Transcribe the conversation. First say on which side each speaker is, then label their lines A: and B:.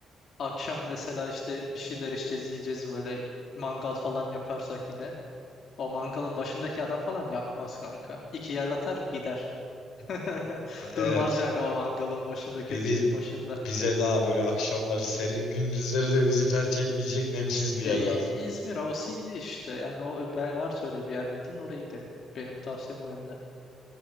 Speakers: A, on the left; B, on the left.
A: akşam mesela işte bir şeyler içeceğiz yiyeceğiz böyle mangal falan yaparsak yine. O mangalın başındaki adam falan yapmaz kanka. İki yer atar gider. <laughs>
B: A- Evet.
A: Durmaz yani o mangalın başındaki
B: Bi-
A: şeyin
B: bi-
A: başında.
B: bize daha böyle akşamları serin, gündüzleri de bizi felç etmeyecek nemsiz bir yer
A: Ya,
B: lazım.
A: İ- İzmir havası iyiydi işte. Yani o ben- var söyle bir yer bildiğin oraya gidelim. Benim tavsiyem o yönde.